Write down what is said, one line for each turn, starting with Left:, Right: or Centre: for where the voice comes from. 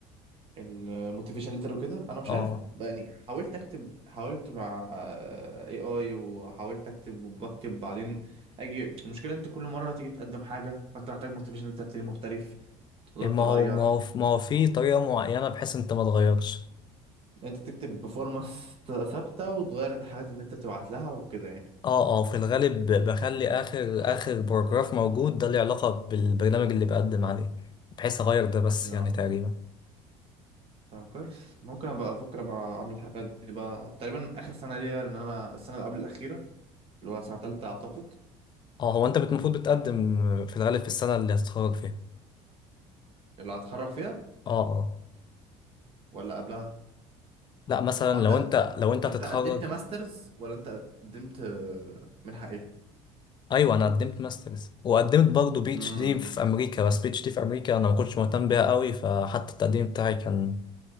Right: الموتيفيشن ليتر وكده انا مش
Left: اه
Right: عارف بقى، يعني حاولت اكتب حاولت مع اي اي وحاولت اكتب وبكتب بعدين اجي المشكله انت كل مره تيجي تقدم حاجه فانت محتاج موتيفيشن ليتر تاني مختلف وتقعد
Left: ما
Right: تغير
Left: هو ما هو ما هو في طريقة معينة بحيث انت ما تغيرش
Right: انت تكتب بفورمه ث- ثابته وتغير الحاجات اللي انت بتبعت لها وكده يعني
Left: اه اه في الغالب بخلي اخر اخر باراجراف موجود ده له علاقة بالبرنامج اللي بقدم عليه بحيث اغير ده بس
Right: اه
Left: يعني تقريبا
Right: طب كويس ممكن ابقى افكر ابقى اعمل الحاجات دي بقى تقريبا اخر سنه ليا ان انا السنه اللي قبل الاخيره اللي هو سنه تالته اعتقد
Left: اه هو انت بت- المفروض بتقدم في الغالب في السنة اللي هتتخرج فيها
Right: اللي هتخرج فيها
Left: اه اه
Right: ولا قبلها
Left: لا مثلا
Right: هو انت
Left: لو انت لو انت
Right: انت
Left: هتتخرج
Right: قدمت ماسترز ولا انت قدمت آه، منحة ايه
Left: ايوه انا قدمت ماسترز وقدمت برضه بي
Right: امم
Left: اتش دي في امريكا بس بي اتش دي في امريكا انا ما كنتش مهتم بيها قوي فحتى التقديم بتاعي كان